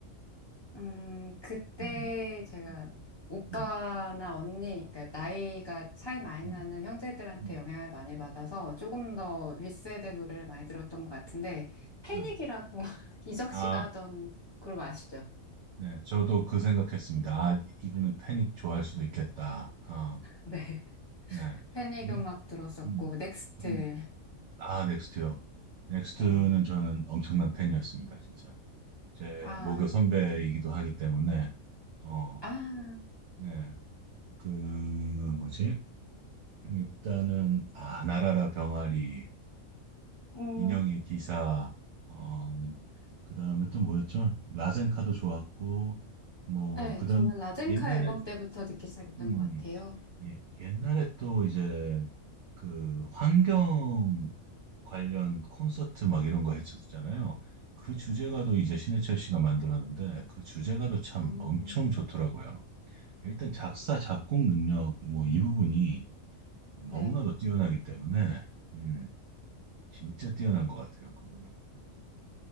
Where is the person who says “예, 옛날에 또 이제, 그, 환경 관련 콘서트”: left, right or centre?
Right